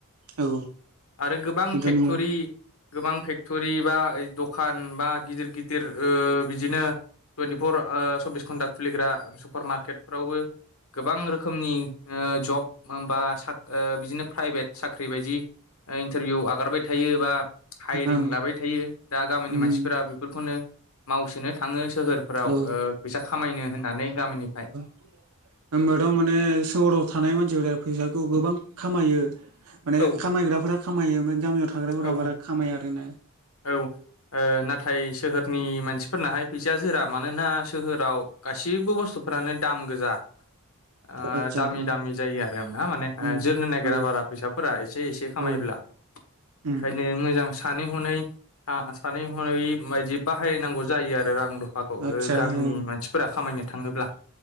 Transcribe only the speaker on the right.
औ
बेथ'
नंगौ
ओं
उम
औ
होनोमबाथ' माने सहराव थानाय मानसिफोरा फैसाखौ गोबां खामायो माने
खामायग्राफोरा खामायो ओफ्राय गामियाव थाग्राफोरा
बारा खामायो आरो ना?
आदसा
ओ
उम
औ
औ उम
आदसा
औ